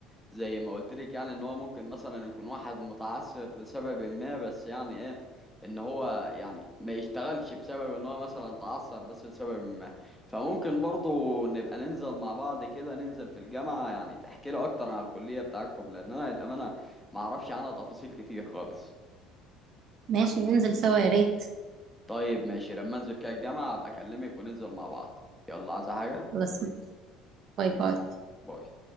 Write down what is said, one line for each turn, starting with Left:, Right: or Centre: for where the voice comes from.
Centre: زي ما قلت لك يعني ان هو ممكن مثلا يكون واحد متعثر لسبب ما بس يعني ايه ان هو يعني ما يشتغلش بسبب ان هو مثلا تعثر بس لسبب ما فممكن برضو نبقى ننزل مع بعض كده ننزل في الجامعة يعني تحكي له اكتر عن الكلية بتاعتكم لان انا للأمانة ما اعرفش عنها تفاصيل كتير خالص
Right: ماشي ننزل سوا يا ريت
Centre: طيب ماشي لما انزل كده الجامعة ابقى اكلمك وننزل مع بعض يلا عايزة حاجة
Right: خلاص باي
Centre: س-
Right: باي
Centre: باي